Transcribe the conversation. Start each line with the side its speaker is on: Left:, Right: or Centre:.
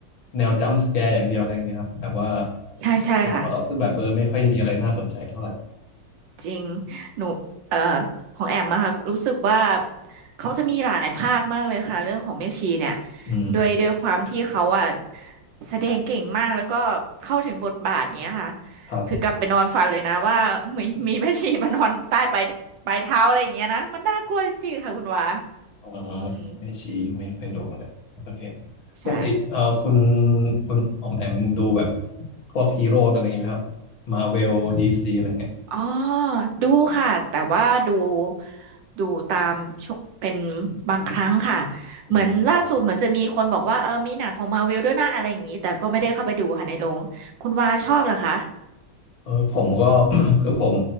Left: แนวจัมป์สแกร์อย่างเดียวอะไรเงี้ยครับแบบว่า
Right: ใช่ใช่ค่ะ
Left: เราหลอกซึ่งแบบเออไม่ค่อยมีอะไรน่าสนใจเท่าไหร่
Right: จริงหนูเอ่อของแอมอะค่ะรู้สึกว่าเขาจะมีหลายภาคมากเลยค่ะเรื่องของแม่ชีเนี่ย
Left: อืม
Right: ด้วยด้วยความที่เขาอะแสดงเก่งมากแล้วก็เข้าถึงบทบาทเนี้ยค่ะ
Left: ครับ
Right: ถึงกับไปนอนฝันเลยนะว่ามีมีแม่ชีมานอนใต้ปลายปลายเท้าอะไรอย่างเงี้ยนะมันน่ากลัวจริงๆค่ะคุณวา
Left: อ๋อ
Right: อืม
Left: แม่ชีไม่เคยดูเลยโอเค
Right: ใช่
Left: ปกติเอ่อคุณคุณออมแอมดูแบบพวกฮีโร่อะไรอย่างงี้ไหมครับมาเวลดีซีอะไรเงี้ย
Right: อ๋อ ดูค่ะ แต่ว่าดูดูตามช่วงเป็นบางครั้งค่ะ
Left: อืมครับ
Right: เหมือนล่าสุดเหมือนจะมีคนบอกว่าเออ มีหนังของมาวิลด้วยนะอะไรอย่างนี้ แต่ก็ไม่ได้เข้าไปดูค่ะในโรงคุณวาชอบเหรอคะ
Left: เออผมก็ <coughs> <clears throat> คือผม